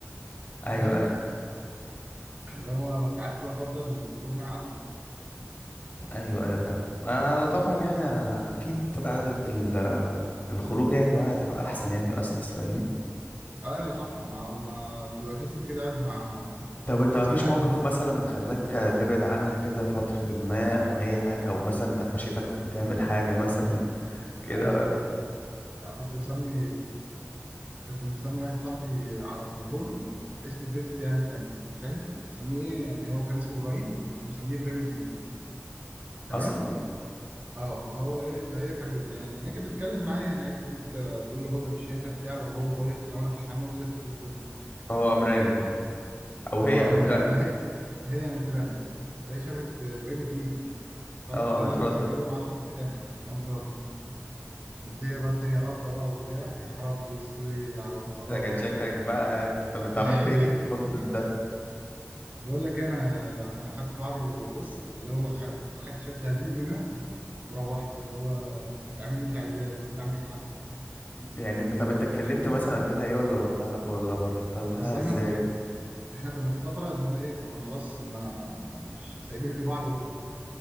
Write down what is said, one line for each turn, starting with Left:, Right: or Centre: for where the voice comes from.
Right: أنت
Left: ايوه
Right: فاهم
Left: ايوه
Right: اللي هو ساعات بفضل الخروج معاها أكتر
Left: ايوه أيوة، فاهم آه وطبعا يعني اكيد قعدة ال- الخروج يعني معاها تبقى احسن يعني واسلس فاهمني
Right: اه صح ما هو ما بتبقى تحس انت كده قاعد مع
Left: طب انت ما فيش
Right: قاعد
Left: موقف مثلا خلاك تبعد عنها كده فترة ما او اي حاجة او مثلا قفشتك بتعمل حاجة مثلا كده
Right: يا لهوي كنت مسمي كنت مسمي واحد صاحبي على التليفون اسم البت يعني التانية فاهم مسميه ايه يعني هو كان اسمه ابراهيم فكنت مسميه ابراهيم اتنين تمام
Left: اصلا
Right: اه فهو ايه فهي كانت بت- يعني هي كانت بتتكلم معايا يعني عادي كنت ممكن ت- تقول له خدها مش هنا بتاع لو هو ايه لو انا في الحمام وسبت التليفون
Left: فهو قام رنن او هي
Right: اه
Left: قامت
Right: أما- لا،
Left: رنة
Right: ما هي هي مترن فهي شافت ابراهيم اتنين فانا
Left: اه
Right: كنت
Left: قامت
Right: قايل لها انا
Left: ردة
Right: مسجله معاه خط تاني قام متردد قمت هي بقى التانية ردة بقى وبتاع يا خراب اسود على الفضايح
Left: ده كان شكلك بقى انت طب انت
Right: <laughs>
Left: عملت ايه في الوقت ده
Right: بقول لك إيه، انا انا خدت بعضي وبص اللي هو خدت خدت شويه تهذيب منها وروحت اللي هو اعمل اللي انت عايزاه انت عندك حق
Left: يعني انت طب انت اتكلمت مثلا قلت لها ايه ولا برطها ولا برطلها
Right: بس
Left: ازاي
Right: احنا احنا كنا في فتره ان احنا ايه كنا خلاص ما مش سايبين بعض